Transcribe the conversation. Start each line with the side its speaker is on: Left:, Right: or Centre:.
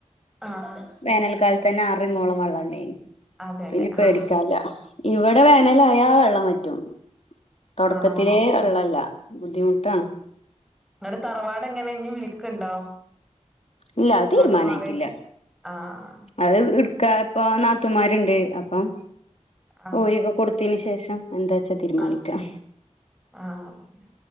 Centre: ആഹ്
Left: വേനൽക്കാലത്ത് തന്നെ ആറിങ്ങോളം വെള്ളണ്ടേയിന്
Centre: അതെല്ലേ
Left: പിന്നെ പേടികാൻല്ല
Centre: ആഹ്
Left: ഇവിടെ വേനലായ ആഹ് വെള്ളം വറ്റും തൊടക്കത്തിലെ
Centre: ആണോ
Left: വെള്ളല്ല ബുദ്ധിമുട്ടാണ്.
Centre: നിങ്ങടെ തറവാട് എങ്ങനെ ഇഞ്ഞി വിൽക്ക്ണ്ടോ?
Left: ഇല്ല അത്
Centre: അങ്ങോട്ട്
Left: തീരുമാനായിട്ടില്ല
Centre: മാറിട്ട് ആഹാ
Left: അത് ഇട്ക്ക ഇപ്പ നാത്തുമാരുണ്ട് അപ്പം
Centre: ആഹ്
Left: ഓരിക്കൊ കൊടുത്തിന് ശേഷം എന്താച്ചാ തീരുമാനിക്കാം
Centre: ആഹ് ആഹ് അതന്നെ